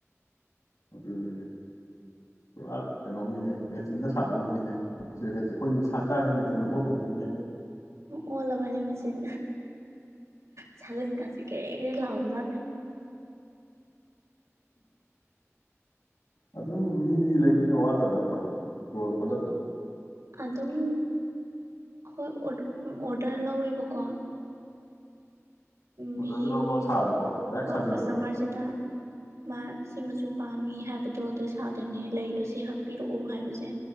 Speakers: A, on the left; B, on the right.
A: ꯑꯗꯨꯅꯤꯅꯦ ꯄꯨꯔꯥ ꯀꯩꯅꯣꯝꯅꯤꯅꯦ ꯃꯦꯆꯤꯟꯅ ꯁꯥꯒꯨꯝꯅꯤꯅꯦꯁ ꯑꯩꯈꯣꯏꯗꯤ ꯆꯥꯛ ꯆꯥꯕ ꯃꯦꯆꯤꯟ ꯂꯧꯊꯣꯛꯀꯨꯝꯅꯤꯅꯦ
B: ꯑꯣꯂꯕꯅꯤ ꯃꯦꯆꯤꯟ ꯆꯂꯤꯟ ꯀꯁꯤ ꯀꯦꯔ ꯀꯦꯔ ꯂꯥꯎꯕꯖꯦ
A: ꯑꯗꯨꯝ ꯃꯤꯗꯤ ꯂꯩꯕꯤꯗꯅꯕ ꯋꯥꯠꯇꯕ ꯅꯠꯇ꯭ꯔꯣ ꯌꯔꯛꯄꯗ ꯑꯗꯨꯝ
B: ꯑꯗꯨꯝ
A: ꯄꯨ
B: ꯍꯣꯏ ꯑꯣꯔꯗꯔ ꯂꯧꯋꯦꯕꯀꯣ
A: ꯃꯗ
B: ꯃꯤ
A: ꯑꯗꯨ ꯂꯧ ꯂ ꯁꯥꯕꯀꯣ ꯗꯥꯏꯔꯦꯛ
B: ꯍꯣꯏ
A: ꯁꯥꯖꯟꯅꯕ
B: ꯀꯁꯇꯃꯔꯁꯤꯅ ꯃꯥ ꯁꯤ ꯃꯆꯨ ꯄꯥꯝꯃꯤ ꯍꯥꯏꯕꯗꯣ ꯑꯗꯨ ꯁꯥꯗꯣꯏꯅꯦ ꯂꯩꯗꯣ ꯁꯤ ꯍꯛꯄꯤꯔꯛꯑꯣ ꯍꯥꯏꯕꯁꯦ